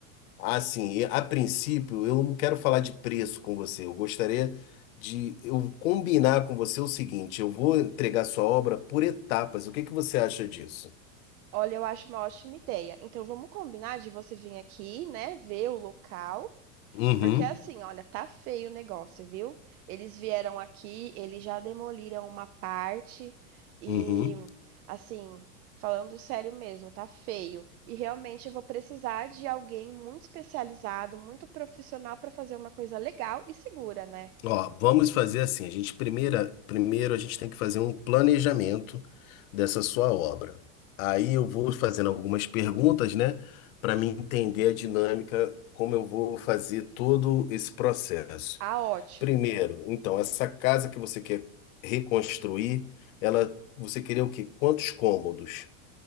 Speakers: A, on the left; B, on the right.
A: Assim, e a princípio, eu não quero falar de preço com você. Eu gostaria de eu combinar com você o seguinte: eu vou entregar sua obra por etapas. O que que você acha disso?
B: olha, eu acho uma ótima ideia. Então vamos combinar de você vir aqui, né, ver o local.
A: Uhum,
B: Porque assim, olha, tá feio o negócio, viu? Eles vieram aqui, eles já demoliram uma parte e,
A: uhum.
B: assim, falando sério mesmo, tá feio. E realmente eu vou precisar de alguém muito especializado, muito profissional para fazer uma coisa legal e segura, né?
A: Ó, vamos fazer assim. A gente primeira, primeiro a gente tem que fazer um planejamento dessa sua obra. Aí eu vou fazendo algumas perguntas, né, para me entender a dinâmica, como eu vou fazer todo esse processo.
B: Ah, ótimo.
A: Primeiro, então, essa casa que você quer reconstruir, ela, você queria o quê? Quantos cômodos